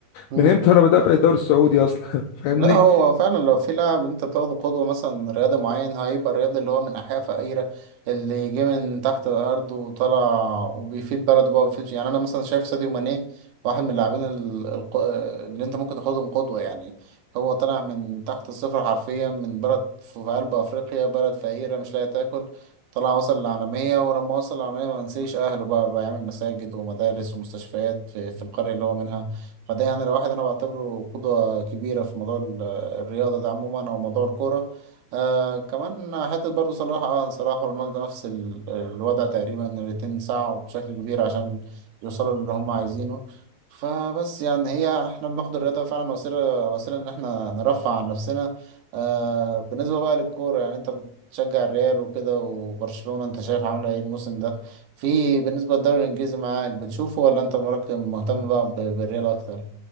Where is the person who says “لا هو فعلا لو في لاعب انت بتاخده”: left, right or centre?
Right